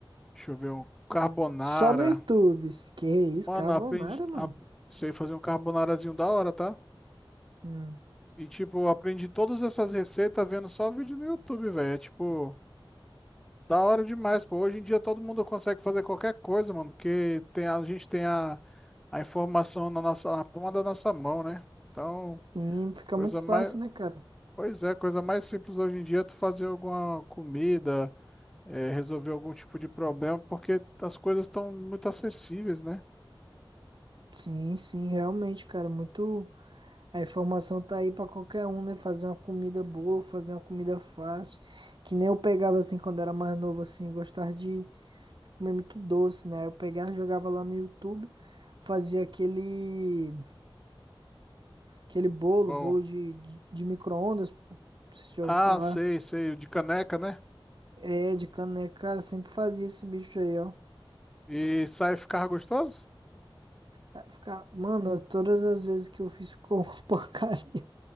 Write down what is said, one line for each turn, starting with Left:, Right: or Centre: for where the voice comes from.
Centre: deixa eu ver, um carbonara.
Right: Só no YouTube. Que isso,
Centre: Mano,
Right: carbonara,
Centre: aprendi,
Right: mano.
Centre: a- sei fazer um carbonarazinho da hora, tá?
Right: Hum,
Centre: E tipo, eu aprendi todas essas receitas vendo só vídeo no YouTube, velho. É tipo, da hora demais, pô. Hoje em dia todo mundo consegue fazer qualquer coisa, mano, porque tem, a a gente tem a, a informação na nossa, na palma da nossa mão, né? Então,
Right: sim, fica
Centre: coisa
Right: muito
Centre: mais
Right: fácil, né, cara?
Centre: Pois é, a coisa mais simples hoje em dia é tu fazer alguma comida, é, resolver algum tipo de problema, porque as coisas estão muito acessíveis, né?
Right: Sim, sim, realmente, cara. Muito. A informação tá aí pra qualquer um, né? Fazer uma comida boa, fazer uma comida fácil. Que nem eu pegava assim quando era mais novo, assim, gostava de comer muito doce, né? Eu pegava, jogava lá no YouTube, fazia aquele. Aquele bolo,
Centre: Bom,
Right: bolo de, de, de micro-ondas, pô. Não sei se já
Centre: ah,
Right: ouviu falar.
Centre: sei, sei, o de caneca, né?
Right: É, de caneca, cara, sempre fazia esse bicho aí, ó.
Centre: E sai ficar gostoso?
Right: Vai ficar. Mano, todas as vezes que eu fiz ficou uma <laughs> porcaria.